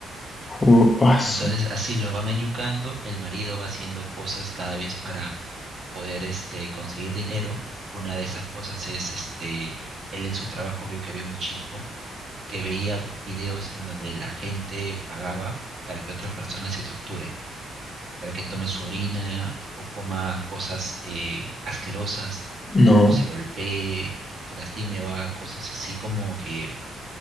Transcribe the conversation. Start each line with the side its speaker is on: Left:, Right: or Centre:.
Left: Ju- aso.
Right: Entonces, así lo van enyucando, el marido va haciendo cosas cada vez para poder este, conseguir dinero. Una de esas cosas es, este, él en su trabajo vio que había un chico que veía videos en donde la gente pagaba para que otra persona se torture, para que tome su orina o coma cosas eh, asquerosas
Left: No,
Right: o se golpee, se lastime o haga cosas así como que